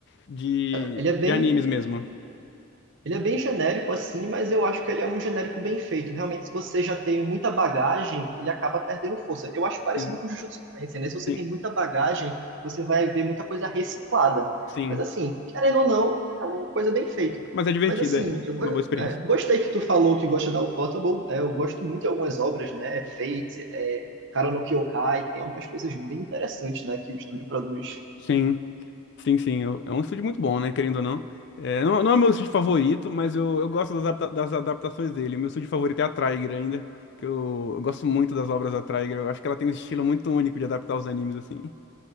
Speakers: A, on the left; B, on the right.
A: de,
B: Ele é
A: de
B: bem,
A: animes mesmo.
B: ele é bem genérico assim, mas eu acho que ele é um genérico bem feito. Realmente, se você já tem muita bagagem, ele acaba perdendo força. Eu acho parecido
A: Sim,
B: com o Jujutsu Kaisen, né? Se você
A: sim,
B: tem muita bagagem, você vai ver muita coisa reciclada.
A: sim.
B: Mas assim, querendo ou não, é uma coisa bem feita.
A: Mas é divertido,
B: Mas assim,
A: é
B: eu go-
A: uma boa experiência.
B: é, gostei que tu falou que gosta da Ufotable. É, eu gosto muito de algumas obras, né? É Fate, é, Cara no Kyokai, tem algumas coisas bem interessantes, né? Que o estúdio produz.
A: Sim, sim, sim. eu- é um estúdio muito bom, né, querendo ou não. É, não, não é meu estúdio favorito, mas eu, eu gosto das, adapta- das adaptações dele. Meu estúdio favorito é a Trigger ainda, que eu, eu gosto muito das obras da Trigger. Eu acho que ela tem um estilo muito único de adaptar os animes, assim.